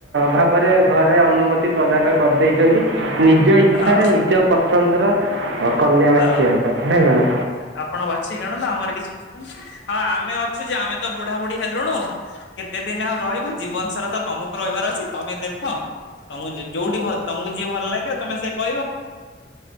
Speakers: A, on the right; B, on the left.
A: ଭାବରେ ଘରେ ଅନୁମତି। ପ୍ରଦାନ କରିଦେଇଚନ୍ତି ନିଜ ଇଚ୍ଛାରେ
B: ହଁ
A: ନିଜ ପସନ୍ଦର କନ୍ୟା ବାଛିବ
B: ହଁ
A: ନା କ'ଣ
B: ଆପଣ ବାଛିକି ଆଣତୁ ଆମର କିଛି ଯିବନି ହଁ ଆମେ ଅଛୁ ଯେ ଆମେ ତ ବୁଢା ବୁଢୀ ହେଲୁଣୁ କେତେ ଦିନ ଆଉ ରହିବୁ ଜୀବନ ସାରା ତ ତମକୁ ରହିବାର ଅଛି ତମେ ଦେଖ ତମ କୁ ଯିଏ ଯୋଉଠି ତମକୁ ଯିଏ ଭଲ ଲାଗିବ ତମେ ସେ କହିବ।